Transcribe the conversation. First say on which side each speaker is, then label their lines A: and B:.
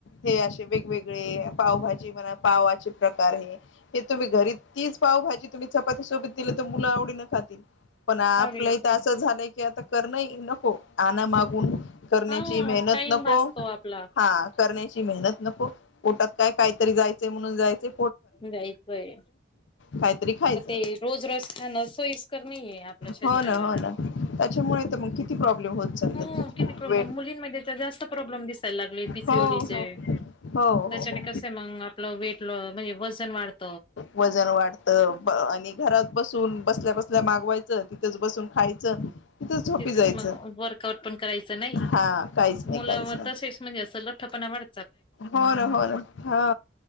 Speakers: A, on the left (about 85°); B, on the left (about 30°).
A: हे असे वेगवेगळे पावभाजी म्हणा, पावाचे प्रकार हे हे तुम्ही घरी तीच पावभजी तुम्ही चपाती सोबत दिलं तर मुलं आवडीन खातील. पण आपलं
B: आवडीने
A: इथ
B: खातो.
A: असं झालंय की आता करण हि नको. आ मागून करण्याची
B: हा
A: मेहनत
B: टाइम
A: नको.
B: वाचतो आपला
A: हा कर मेहनत नको पोटात काय काहीतरी जायचंय म्हणून जायचंय
B: जायचंय.
A: काहीतरी खायचं
B: तर ते रोज खाणं सोयीस्कर नाहीये.
A: हो
B: रीराला
A: ना हो ना त्याच्यामुळे तर मग किती प्रॉब्लेम होत चाललेत
B: हा
A: वेट
B: मुलींमध्ये तर हा जास्त प्रॉब्लेम दिसायला लागले पीसीओडीचे.
A: हो हो हो हो
B: त्याच्याने
A: हो
B: कसे मगणार? वेट ल अं म्हणजे वजन वाढत
A: वजन वाढतं, आणि घरात बसून बसल्या बसल्या मागवायचं, तिथंच बसून खायचं. तिथंच झोपी
B: तिथच
A: जायचं
B: मग, वर्कआउट पण करायचं नाही.
A: हा काहीच नाही
B: मुला
A: काहीच
B: व
A: नाही
B: तसेच म्हणजे असं ल्ठपणा वाढ
A: हो ना, हो ना, हा.